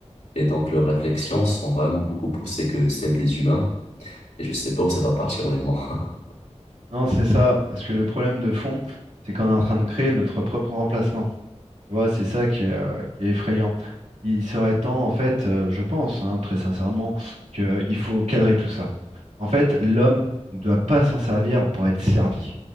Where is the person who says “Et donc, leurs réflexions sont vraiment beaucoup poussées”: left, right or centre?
Left